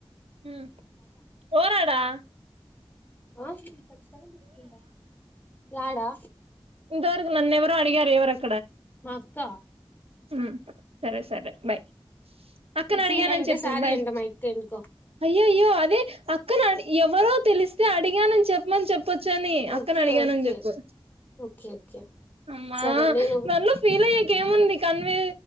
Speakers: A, on the right; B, on the left.
A: ఉమ్ పోరాడా.
B: ఆహ్. స్థలం పెట్టుకుంట. యాడా.
A: ఇదివరకు నన్నెవరో అడిగారు ఎవరాది.
B: మా అక్క.
A: ఉమ్. సరే సరే బాయ్ అక్కను
B: ఈ
A: అడిగానని
B: ఫీల్ అంటే
A: చెప్పు
B: సారీ
A: బాయ్.
B: అంట మా అక్క ఎందుకో
A: అయ్యో అయ్యో అదే అక్కను అడిగి ఎవరో తెలిస్తే అడిగానని చెప్పమని చెప్పు. కుచ్చోని అక్కను
B: ఓకే
A: అడిగానని
B: ఓకే
A: చెప్పు.
B: ఓకే ఓకే
A: అమ్మ
B: సరే నేను
A: నన్ను పిల్. ఇయడానికి ఏముంది convey